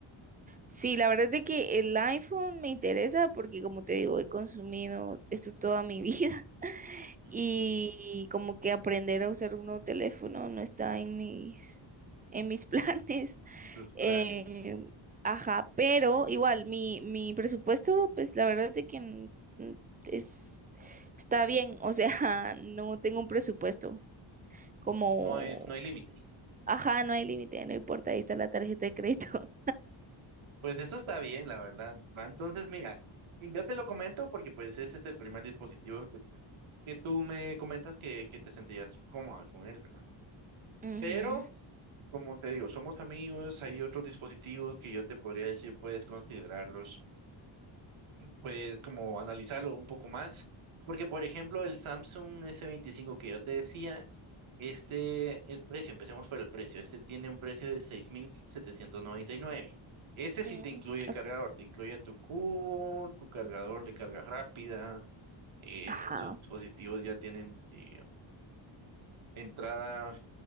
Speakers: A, on the right; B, on the right.
A: Sí, la verdad es de que el iPhone me interesa porque como te digo, he consumido esto toda mi vida <laughs>
B: ujú,
A: y como que aprender a usar un nuevo teléfono no está en mis, en mis <laughs> planes.
B: En tus planes.
A: Eh, ajá, pero igual mi, mi presupuesto, pues la verdad es de que n- n- es, está bien, o sea, <laughs> no tengo un presupuesto como,
B: No hay, no hay límite.
A: ajá, no hay límite, no importa, ahí está la tarjeta de crédito.
B: Pues eso está bien, la verdad. Va, entonces, mira, y yo te lo comento porque pues ese es el primer dispositivo que, que tú me comentas que, que te sentías cómoda con él, ¿verdad?
A: <laughs> Ujú,
B: Pero, como te digo, somos amigos, hay otros dispositivos que yo te podría decir, puedes considerarlos pues como analizarlo un poco más, porque por ejemplo el Samsung s veinticinco que yo te decía, este, el precio, empecemos por el precio, este tiene un precio de seis mil setecientos noventa y nueve Este
A: mm,
B: sí te incluye el
A: ok,
B: cargador, te incluye tu cubo, tu cargador de carga rápida. eh,
A: Ajá.
B: estos dispositivos ya tienen eh, entrada